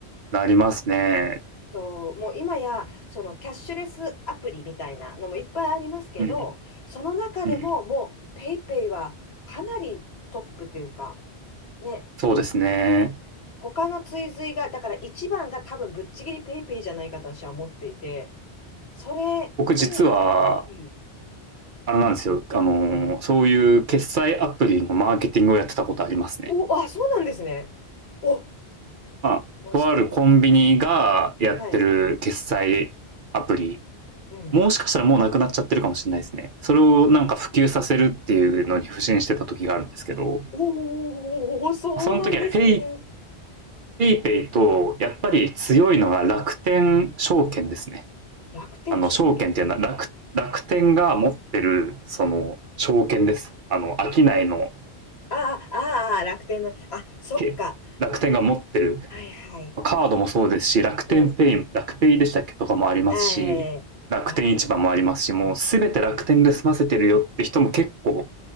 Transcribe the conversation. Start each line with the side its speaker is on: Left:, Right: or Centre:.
Right: なりますね。
Left: そう、もう今や、そのキャッシュレスアプリみたいなのもいっぱいありますけど、
Right: うん。
Left: その中でももうペイペイはかなりトップというか、
Right: うん。
Left: ね、
Right: そうですね。
Left: 他の追随が、だから一番が多分ぶっちぎりペイペイじゃないかと私は思っていて、それに、
Right: 僕実は、
Left: うん、
Right: あれなんですよ。あのーそういう決済アプリのマーケティングをやってたことありますね。
Left: お、あ、そうなんですね。お、
Right: まあ、
Left: そしたら、
Right: とあるコンビニがやってる決済アプリ。
Left: はい、うん。
Right: もしかしたらもうなくなっちゃってるかもしれないですね。それをなんか普及させるっていうのに不信してた時があるんですけど、
Left: あ、おー、そうなんですね。
Right: その時は PayPay ペイペイペイと、やっぱり強いのが楽天証券ですね。
Left: うん。楽天証券。
Right: あの、証券っていうのは楽、楽天が持ってる、その、証券です。あの、商いの、
Left: ああ、ああ、楽天の、あ、そっか。
Right: け楽天が持ってる
Left: はいはい。
Right: カードもそうですし、楽天ペイ、
Left: うん。
Right: 楽ペイでしたっけとかもありますし、
Left: ええわかる。
Right: 楽天市場もありますし、もうすべて楽天で済ませてるよって人も結構